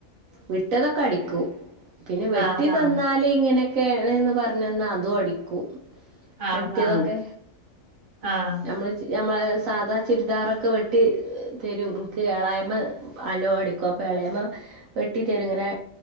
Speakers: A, on the right; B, on the right.
A: വിട്ടതൊക്കടിക്കൂ പിന്നെ വെട്ടി
B: ആഹ്
A: തന്നാല്
B: ആഹ്
A: ഇങ്ങനെയൊക്കെയന്ന് പറഞ്ഞന്നാൽ അതും അടിക്കൂ
B: ആഹ്
A: വെട്ടിയതൊക്കെ
B: ആഹ് ആഹ്
A: നമ്മള് നമ്മളെ സാധാ ചുരിദാറൊക്കെ വെട്ടി തരും ഇളയ അമ്മ എല്ലാംഅടിക്കുംഅപ്പൊ ഇളയമ്മ വെട്ടി തരൂ ഇങ്ങനെ